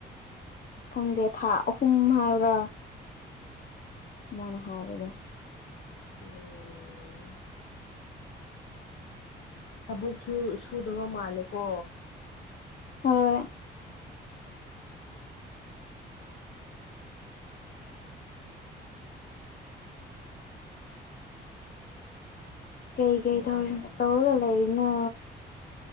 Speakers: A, on the left; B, on the left.
A: ꯈꯪꯗꯦ ꯊꯥ ꯑꯍꯨꯝ ꯍꯥꯏꯕ꯭ꯔꯥ ꯃꯅ ꯍꯥꯏꯕꯗꯣ
B: ꯎꯝ ꯊꯕꯛꯁꯨ ꯁꯨꯗꯕ ꯃꯥꯜꯂꯦ ꯀꯣ
A: ꯍꯣꯏ ꯀꯩꯀꯩꯧꯔꯤ
B: ꯕꯦꯔꯥꯅꯤ
A: ꯇꯧꯔꯒ ꯂꯩꯔꯤꯅꯣ